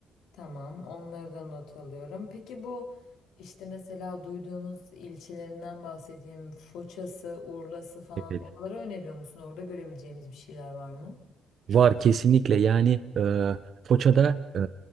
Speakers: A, on the left; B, on the right.
A: Tamam, onları da not alıyorum. Peki bu işte mesela duyduğumuz ilçelerinden bahsedeyim. Foça'sı, Urla'sı falan
B: Evet.
A: oraları öneriyor musun? Orada görebileceğimiz bir şeyler var mı?
B: Var kesinlikle yani e, Foça'da e,